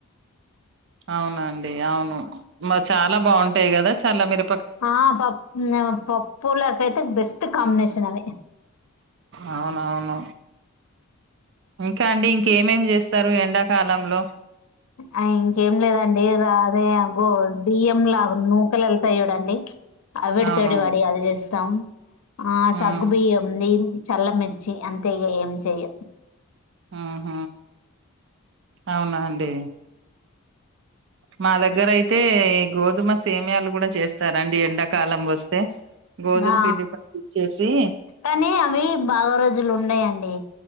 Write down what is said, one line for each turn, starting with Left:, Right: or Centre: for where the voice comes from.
Right: అవునండి అవును బ చాలా బాంటాయి గదా చాలా మిర
Left: ఆ పప్ పప్పులకైతే బెస్ట్ కాంబినేషన్ అవి
Right: అవునవును ఇంకా అండి ఇంకేమేమి జేస్తరు ఎండాకాలంలో
Left: ఆ ఇంకేం లేదండి రాదే అగో బియ్యం లాగ నూకలెళ్తాయ్ జూడండి ఆవిడి
Right: అవును
Left: తోటి వాడియాలు జేస్తాం ఆ
Right: హ్మ్
Left: సగ్గు బియ్యం ది చల్లమిర్చి అంతే ఇగా ఏం చెయ్య
Right: ఆహ అవునా అండి మా దగ్గర అయితే ఈ గోధుమ సేమ్యా లు గూడా చేస్తారండి ఎండాకాలం వస్తే గోధుమ
Left: ఆ
Right: పిండి పట్టిచ్చేసి
Left: కానీ అవి బాగా రోజులు ఉండాయ యండి